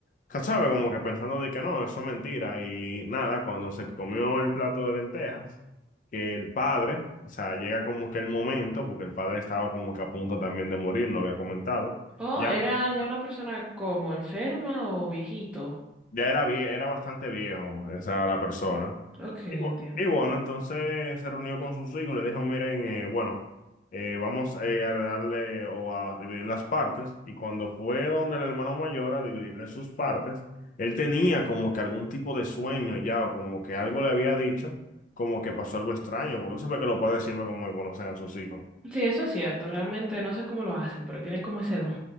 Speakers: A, on the left; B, in the centre.
A: que sabe, como que pensando de que no, eso es mentira. Y nada, cuando se comió el plato de lentejas, que el padre, o sea, llega como que el momento, porque el padre estaba como que a punto también de morir, no había comentado.
B: Oh,
A: Ya,
B: era ya una persona como enferma o viejito.
A: ya era, vie- era bastante viejo, o sea, la persona.
B: Ok,
A: Y bu-
B: entiendo.
A: y bueno, entonces se reunió con sus hijos, le dijo, miren, eh, bueno, eh, vamos eh, a darle o a dividir las partes. Y cuando fue donde el hermano mayor a dividirle sus partes, él tenía como que algún tipo de sueño ya, o como que algo le había dicho, como que pasó algo extraño, porque tú sabes que los padres siempre como que conocen a sus hijos.
B: Sí, eso es cierto. Realmente no sé cómo lo hacen, pero tienen como ese don.